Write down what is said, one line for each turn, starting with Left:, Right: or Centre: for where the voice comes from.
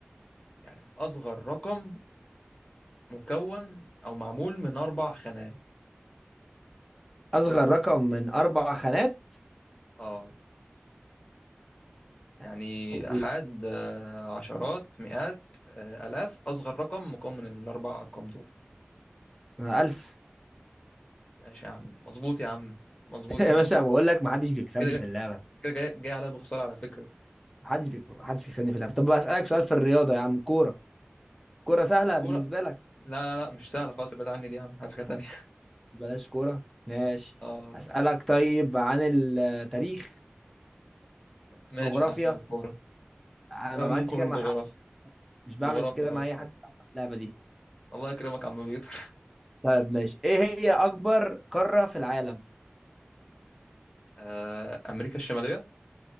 Left: يعني اصغر رقم مكون او معمول من اربع خانات
Centre: اصغر رقم من اربع خانات
Left: اه يعني
Centre: آه، ولا
Left: أحاد آه، عشرات مئات آه، آلاف أصغر رقم مكون من الأربع أرقام دول
Centre: آه، ألف
Left: ماشي يا عم مظبوط يا عم مظبوط
Centre: <laughs>
Left: يا
Centre: يا
Left: عم
Centre: باشا بقول لك محدش بيكسبني
Left: كده جاي-
Centre: في اللعبة
Left: كده جاي, جاي عليا بخسارة على فكرة
Centre: محدش بي... محدش بيكسبني في اللعبة طب اسألك سؤال في الرياضة يا عم كورة كورة سهلة
Left: لا الكورة
Centre: بالنسبة لك
Left: لا لا لا مش سهلة خالص ابعد عني دي يا عم هات حاجة تانية <laughs>
Centre: بلاش كورة ماشي
Left: اه
Centre: اسألك طيب عن التاريخ
Left: ماشي
Centre: جغرافيا
Left: أحسن من الكورة
Centre: انا
Left: آه،
Centre: ما
Left: ممكن
Centre: بعملش كده
Left: نقول
Centre: مع
Left: جغرافيا
Centre: حد مش بعمل
Left: جغرافيا
Centre: كده
Left: جغرافيا
Centre: مع اي حد في اللعبة دي
Left: الله يكرمك يا عم بيطر
Centre: طيب ماشي ايه هي اكبر قارة في العالم
Left: آه، أمريكا الشمالية